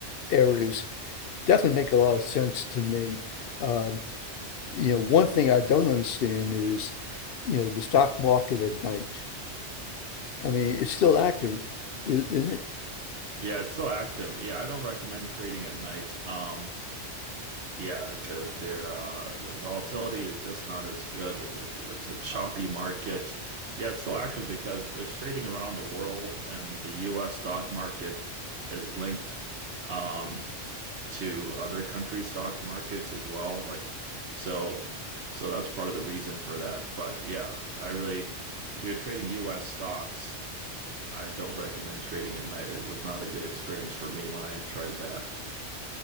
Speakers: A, on the left; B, on the right.
A: areas definitely make a lot of sense to me. Um, you know, one thing I don't understand is, you know, the stock market at night. I mean, it's still active, i- isn't it?
B: Yeah, it's still active. Yeah, I don't recommend trading at night. Um, Yeah, because their uh, the volatility is just not as good. It's it's a choppy market. Yeah, it's still active because there's trading around the world, and the U.S. stock market is linked um, to other country stock markets as well. Like so, so that's part of the reason for that. But yeah, I really, if you're trading U.S. stocks, I don't recommend trading at night. It was not a good experience for me when I tried that.